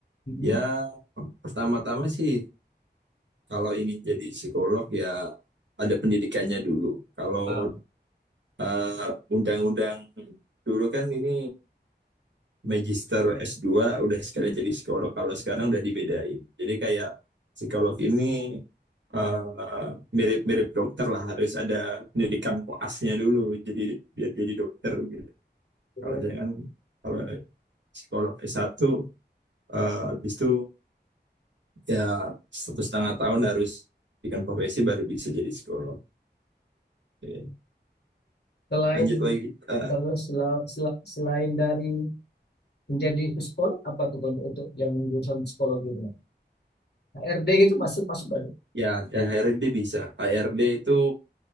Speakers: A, on the left; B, on the right.
A: Mhm.
B: ya pertama-tama sih kalau ingin jadi psikolog ya ada pendidikannya dulu. Kalau
A: Ah,
B: eh, undang-undang dulu kan ini magister s dua udah sekalian jadi psikolog kalau sekarang udah dibedain. Jadi kayak psikolog ini eh, mirip-mirip dokter lah harus ada pendidikan koasnya dulu jadi biar jadi dokter gitu.
A: terus
B: Kalau jangan kalau psikolog s satu eh, habis itu ya satu setengah tahun harus pendidikan profesi baru bisa jadi psikolog. Oke,
A: selain
B: Lanjut lagi Eh,
A: kalau sela- sela- selain dari menjadi psikolog apa tuh untuk untuk yang jurusan psikologi itu? HRD gitu masuk masuk banyak.
B: ya akhirnya dia bisa HRD itu